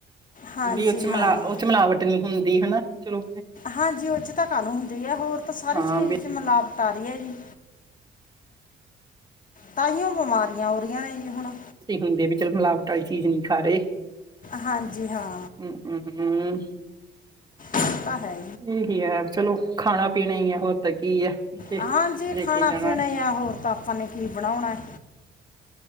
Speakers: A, on the left; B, on the right.
A: ਹਾਂਜੀ
B: ਵੀ ਉਸ
A: ਹਾਂ
B: ਵਿਚ ਮਿਲਾਵਟ ਨਹੀਂ ਹੁੰਦੀ ਹਨਾ ਚਲੋ।
A: ਹਾਂਜੀ, ਉਹ 'ਚ ਤਾਂ ਕੱਲ ਹੁੰਦੀ ਹੈ ਹੋਰ ਤਾਂ ਸਾਰੀ
B: ਹਾਂ
A: ਚੀਜ਼
B: ਵੀ
A: ਮਿਲਾਵਟ ਆ ਰਹੀ ਹੈ ਜੀ ਤਾਂਹੀਓ ਬਿਮਾਰੀਆਂ ਹੋ ਰਹੀਆਂ ਨੇ ਜੀ ਹੁਣ
B: ਹੁੰਦੇ ਵੀ ਚੱਲ ਮਿਲਾਵਟ ਵਾਲੀ ਚੀਜ਼ ਨਹੀਂ ਖਾ ਰਹੇ।
A: ਹਾਂਜੀ, ਹਾਂ
B: ਹਮ ਹਮ
A: ਉਹ ਤਾਂ ਹੈ
B: ਇਹੀ ਹੈ ਚਲੋ ਖਾਣਾ ਪੀਣਾ ਹੀ ਹੈ ਹੋਰ ਤਾਂ ਕੀ ਹੈ। ਇੱਥੇ
A: ਹਾਂਜੀ,
B: ਲੈ ਕੇ
A: ਖਾਣਾ
B: ਜਾਣਾ
A: ਪੀਣਾ ਆ ਹੋਰ ਤਾਂ ਆਪਾਂ ਨੇ ਕੀ ਬਣਾਉਣਾ ਹੈ।